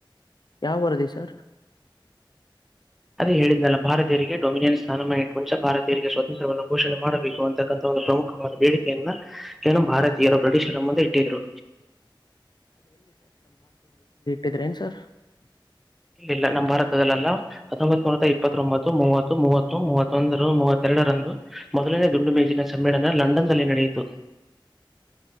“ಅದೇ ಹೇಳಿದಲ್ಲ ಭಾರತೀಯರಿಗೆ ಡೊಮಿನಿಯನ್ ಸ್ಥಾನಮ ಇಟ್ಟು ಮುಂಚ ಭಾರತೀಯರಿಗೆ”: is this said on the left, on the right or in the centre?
Centre